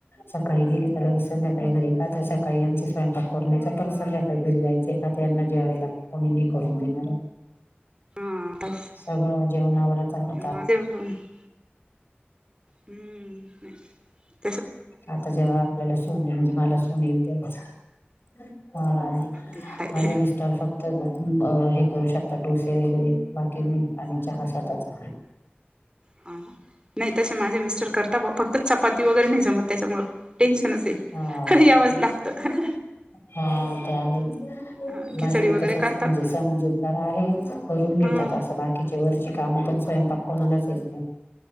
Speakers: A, on the left; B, on the right.
A: सकाळी गेली तर संध्याकाळी घरी का तर सकाळी यांचा स्वयंपाक करून द्यायचा परत संध्याकाळी घरी जाय चं का तर यांना जेवायला कोणी नाही करून देणार.
B: हां <unintelligible>
A: सगळं जेवणावरच आहे.
B: <unintelligible> हम्म नाही
A: आता जेव्हा आपल्याला सून येईल म्हणजे मला सून येईल ते हा हा
B: ते आहे
A: माझे मिस् स्टर फक्त हे करू शकतात डोसे वगैरे बाकी नाही आणि चहा स्वतः चा
B: हा ना नाही तसे माझे मिस्टर करता बा फक्त चपाती वगैरे नाही जमत त्याच्यामुळ टेन्शनच ये.
A: हा
B: यावंच लागत.
A: हा ते आहेच
B: हा
A: माझ
B: खिचडी
A: ही
B: वगैरे
A: तसच
B: करतात
A: म्हणजे समजूतदार आहेत करून घेतात
B: हम्म
A: असं बा कीचे वरचे काम पण स्वयंपाक कोणालाच येत नाही.